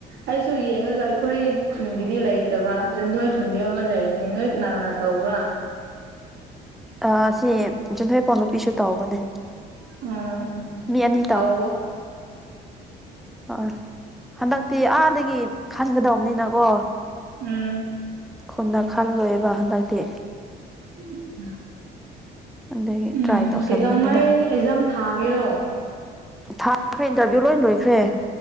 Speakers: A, on the right; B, in the centre.
A: ꯑꯩꯁꯨ ꯌꯦꯡꯑꯒ ꯑꯩꯈꯣꯏ ꯈꯨꯟꯒꯤꯗꯤ ꯂꯩꯇꯕ ꯑꯗꯨ ꯅꯣꯏ ꯈꯨꯟꯒꯤ ꯑꯃ ꯂꯩꯕꯅꯤ ꯅꯣꯏ ꯀꯅꯥ ꯀꯅꯥ ꯇꯧꯕ꯭ꯔꯥ꯫
B: ꯑ ꯁꯤ ꯌꯨꯝꯊꯣꯏꯄꯥꯎ ꯅꯨꯄꯤꯁꯨ ꯇꯧꯕꯅꯦ꯫
A: ꯎꯝ ꯎꯝ
B: ꯃꯤ ꯑꯅꯤ
A: ꯀꯧ
B: ꯑ ꯍꯟꯗꯛꯇꯤ ꯑꯥꯗꯒꯤ ꯈꯟꯒꯗꯕꯅꯤꯅꯀꯣ
A: ꯎꯝ
B: ꯈꯨꯟꯅ ꯈꯜꯂꯣꯏꯕ ꯍꯟꯗꯛꯇꯤ
A: ꯎꯝ
B: ꯑꯗꯒꯤ
A: ꯎꯝ
B: ꯇ꯭ꯔꯥꯏ ꯇꯧꯁꯟꯕꯅꯤꯗ
A: ꯀꯩꯗꯧꯉꯩ ꯑꯦꯛꯖꯥꯝ ꯊꯥꯒꯦꯔꯣ
B: ꯊꯥꯈ꯭ꯔꯦ ꯏꯟꯇꯔꯚꯤꯌꯨ ꯂꯣꯏ ꯂꯣꯏꯈ꯭ꯔꯦ